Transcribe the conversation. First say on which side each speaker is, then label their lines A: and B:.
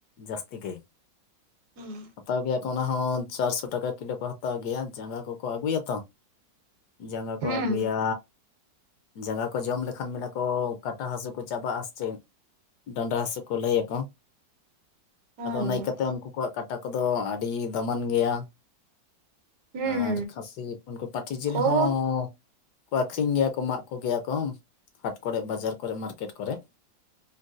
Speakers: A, on the left; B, on the right.
A: ᱡᱟᱹᱥᱛᱤ ᱜᱮ
B: ᱦᱩᱸ
A: ᱦᱟᱛᱟᱣ ᱜᱮᱭᱟ ᱠᱚ ᱚᱱᱟ ᱦᱚᱸ ᱪᱟᱨᱥᱚ ᱴᱟᱠᱟ ᱠᱤᱞᱳ ᱠᱚ ᱦᱟᱛᱟᱣ ᱜᱮᱭᱟ ᱡᱟᱸᱜᱟ ᱠᱚ ᱠᱚ ᱟᱹᱜᱩᱭᱟ ᱛᱚ ᱡᱟᱸᱜᱟ ᱠᱚ
B: ᱦᱚᱸ
A: ᱟᱜᱩᱭᱟ᱾ ᱡᱟᱸᱜᱟ ᱠᱚ ᱡᱚᱢ ᱞᱮᱠᱷᱟᱱ ᱢᱮᱱᱟ ᱠᱚ ᱠᱟᱴᱟ ᱦᱟᱹᱥᱳ ᱠᱚ ᱪᱟᱵᱟᱜᱼᱟ ᱥᱮ ᱪᱮᱫ᱾ ᱰᱟᱸᱰᱟ ᱦᱟᱹᱥᱩ ᱠᱚ ᱞᱟᱹᱭᱟᱠᱚ
B: ᱦᱚᱸ
A: ᱟᱫᱚ ᱚᱱᱟ ᱤᱭᱠᱟᱹᱛᱮ ᱩᱱᱠᱩ ᱠᱚᱣᱟᱜ ᱠᱟᱴᱟ ᱠᱚᱫᱚ ᱟᱹᱰᱤ ᱫᱟᱢᱟᱱ ᱜᱮᱭᱟ
B: ᱦᱩᱸ
A: ᱟᱨ ᱠᱷᱟᱹᱥᱤ ᱩᱱᱠᱩ ᱯᱟᱹᱴᱷᱤ ᱡᱤᱞ
B: ᱦᱚᱸ
A: ᱦᱚᱸᱠᱚ ᱟᱠᱷᱨᱤᱧ ᱜᱮᱭᱟ ᱠᱚ ᱢᱟᱜ ᱠᱚ ᱜᱮᱭᱟ ᱠᱚ ᱦᱟᱴ ᱠᱚᱨᱮ ᱵᱟᱡᱟᱨ ᱠᱚᱨᱮ ᱢᱟᱨᱠᱮᱴ ᱠᱚᱨᱮ